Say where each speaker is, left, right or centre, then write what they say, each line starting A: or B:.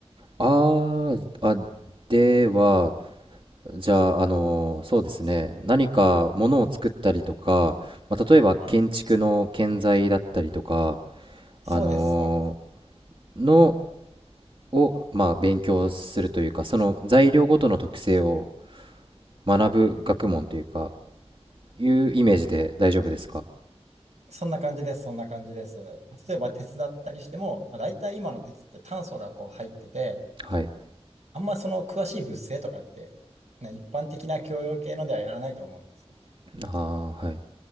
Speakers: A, on the right; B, on the right.
A: あー、あ、では、じゃあ、あのーそうですね、何かものを作ったりとか、まあ、例えば建築の建材だったりとか、
B: はい。そうです、
A: あの
B: そうです。
A: ーのを、まあ、勉強するというか、その材料ごとの特性を学ぶ学問というか、いうイメージで大丈夫ですか
B: そんな感じです、そんな感じです。例えば鉄だったりしても、まあ、大体今の鉄って炭素がこう入ってて、
A: はい。
B: あんまその詳しい物性とかって、ね、一般的な共用系のではやらないと思うんですよね。
A: ああ、はい。